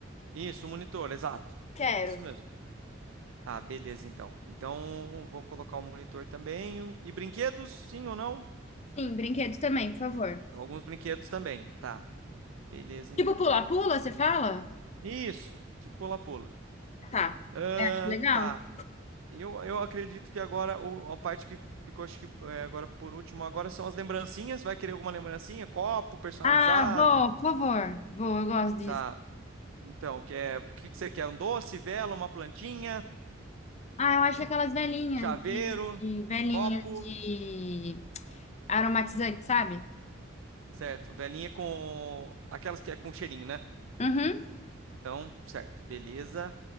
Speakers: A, on the right (about 80°); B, on the left (about 35°).
A: Isso, um monitor, exato.
B: Quero.
A: Isso mesmo. Tá, beleza, então. Então, vamos colocar um monitor também. um- E brinquedos, sim ou não?
B: Sim, brinquedos também, por favor.
A: Alguns brinquedos também. Tá, beleza,
B: Tipo
A: então.
B: pula-pula, você fala?
A: Isso, tipo pula-pula.
B: Tá.
A: Ah,
B: É, acho legal.
A: tá. Eu, eu acredito que agora o- a parte que ficou, acho que é, agora por último, agora são as lembrancinhas. Vai querer alguma lembrancinha? Copo personalizado?
B: Ah, vou, por favor. Vou, eu gosto disso.
A: Tá. Então, quer, o que que você quer? Um doce, vela, uma plantinha,
B: Ah, eu acho aquelas velhinhas
A: chaveiro,
B: de, de- velhinhas
A: copo.
B: de aromatizante, sabe?
A: Certo. Velinha com aquelas que é com cheirinho, né?
B: Uhum.
A: Então, certo. Beleza.